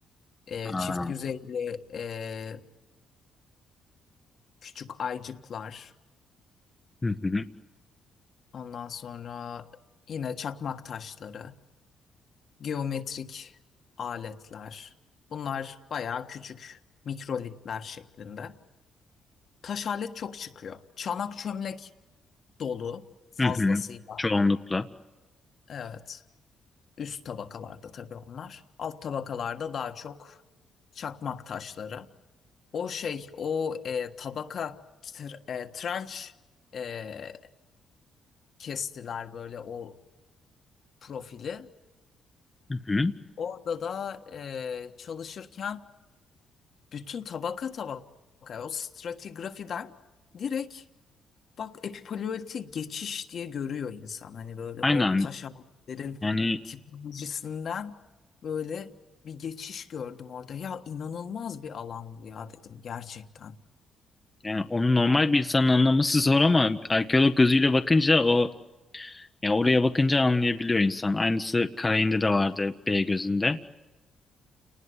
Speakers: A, on the left; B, on the left.
A: e,
B: Aa,
A: çift yüzeyli e, küçük aycıklar,
B: hı hı,
A: ondan sonra yine çakmak taşları. geometrik aletler. Bunlar bayağı küçük mikrolitler şeklinde. Taş alet çok çıkıyor. Çanak çömlek dolu fazlasıyla.
B: hı hı. Çoğunlukla.
A: Evet. Üst tabakalarda tabii onlar. Alt tabakalarda daha çok çakmak taşları. O şey, o e, tabaka tr- e, trenç e, kestiler böyle o profili.
B: Hı hı.
A: Orada da e, çalışırken Bütün tabaka tabaka o stratigrafiden direkt bak epipaleolitik geçiş diye görüyor insan. Hani böyle
B: Aynen.
A: o taş altların
B: Yani
A: tipolojisinden böyle bir geçiş gördüm orada. Ya inanılmaz bir alan bu ya dedim gerçekten.
B: yani onu normal bir insanın anlaması zor ama arkeolog gözüyle bakınca o ya oraya bakınca anlayabiliyor insan. Aynısı Karayin'de de vardı B gözünde.